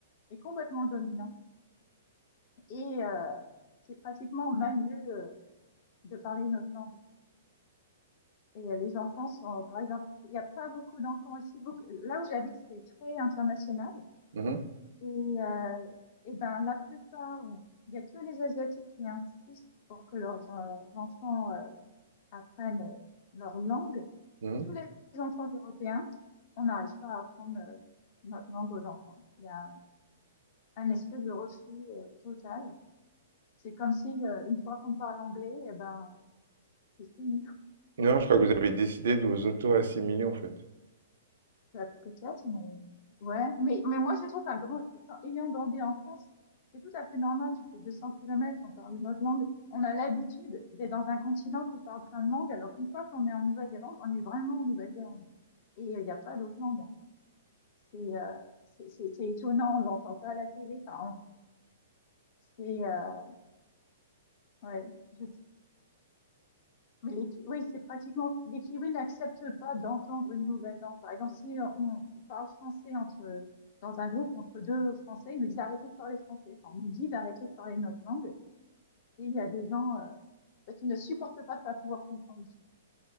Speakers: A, on the left; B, on the right.
A: est complètement dominant et euh, c'est pratiquement mal vu euh, de parler notre langue. Et euh, les enfants sont, par exemple, il n'y a pas beaucoup d'enfants ici. Beaucoup, là où j'habite, c'est très international.
B: Mhm.
A: Et, euh, et ben, la plupart, il n'y a que les Asiatiques qui insistent pour que leurs euh, enfants euh, apprennent euh, leur langue.
B: Mhm.
A: Tous les enfants européens, on n'arrive pas à apprendre euh, notre langue aux enfants. Il y a un espèce de refus euh, total. C'est comme si, euh, une fois qu'on parle anglais, et ben, c'est fini. quoi.
B: Non,
A: Il n'y a
B: je
A: plus
B: crois que vous avez décidé de vous auto-assimiler, en fait.
A: Bah, peut-être, mais ouais. Mais, mais moi, je trouve un grand, enfin, ayant grandi en France, c'est tout à fait normal. Tu fais 200 km, on parle une autre langue. On a l'habitude d'être dans un continent qui parle plein de langues, alors qu'une fois qu'on est en Nouvelle-Zélande, on est vraiment en Nouvelle-Zélande. Et euh, il n'y a pas d'autre langue. hein. C'est euh, c'est c'est- c'est étonnant, on l'entend pas à la télé. Enfin, on- c'est euh, ouais. Je, Mais les- oui, c'est pratiquement, les Kiwis n'acceptent pas d'entendre une nouvelle langue. Par exemple, si on parle français entre, dans un groupe entre deux Français, ils nous disent d'arrêter de parler français. Enfin, on nous dit d'arrêter de parler notre langue. Et il y a des gens euh, qui ne supportent pas de pas pouvoir comprendre.